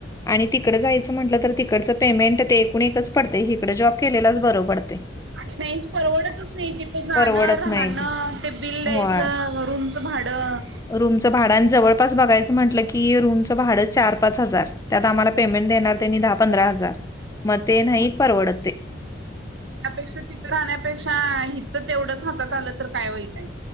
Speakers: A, on the left; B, on the right.
A: आणि तिकड जायचं म्हंटलं तर तिकडचं पेमेंट ते एकूण एकच पडतयं, इकडं जॉब केलेलाच बरं पडतयं.
B: आणि नाहीच परवडतच नाही तिथं जाणं
A: परवडत
B: राहणं
A: नाही
B: ते बिल द्यायचं
A: होय.
B: रुम च भाडं
A: रूमचं भाडं आणि जवळपास बघायचं म्हटलं की, रूमचं भाडं चार पाच हजार. त्यात आम्हाला पेमेंट देणार त्यांनी दहा पंधरा हजार मग ते नाही परवडत ते.
B: त्यापेक्षा तिथं राहण्यापेक्षा हित तेवढंच हातात आलं तर काय वाईट आहे.